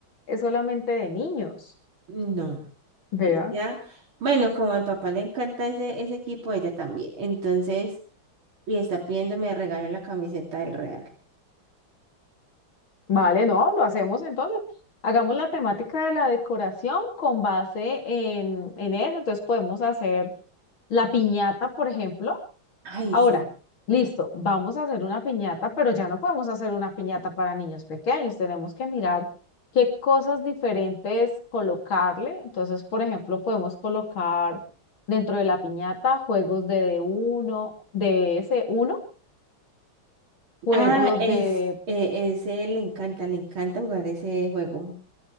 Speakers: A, on the left; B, on the right.
A: es solamente de niños.
B: No,
A: Vea.
B: ella, bueno, como al papá le encanta ese, ese equipo, ella también. Entonces, y está pidiéndome de regalo la camiseta del Real.
A: Vale, no, lo hacemos entonces. Hagamos la temática de la decoración con base en, en eso. Entonces podemos hacer la piñata, por ejemplo.
B: Ay,
A: Ahora,
B: sí.
A: listo, vamos a hacer una piñata, pero ya no podemos hacer una piñata para niños pequeños. Tenemos que mirar qué cosas diferentes colocarle. Entonces, por ejemplo, podemos colocar dentro de la piñata juegos de d uno de ese uno juegos
B: Ah, es,
A: de
B: eh, ese le encanta, le encanta jugar ese juego.